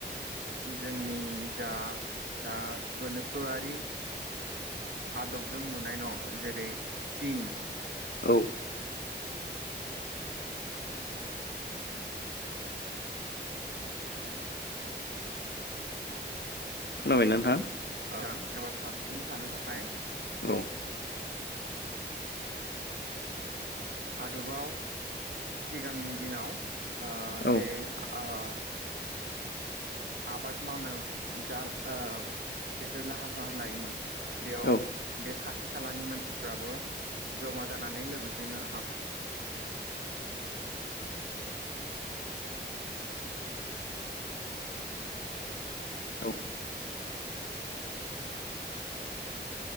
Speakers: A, on the right; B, on the left.
A: जोंनि जा दा गोनोखोआरि आदबजों लुनाय न जेरै तिं
B: औ खोनाबायना नोंथां?
A: <unintelligible> एबा साबसिन थानो थाखाय
B: औ
A: आरोबाव सिगांनि दिनाव आ
B: औ
A: बे आ अ आबाद मावनो जा आ बिसोर लाहार फाहार लायोमोन बेयाव
B: औ
A: बे खा थि खालानि मानसिफ्राबो जमा जानानै लोगोसेनो
B: औ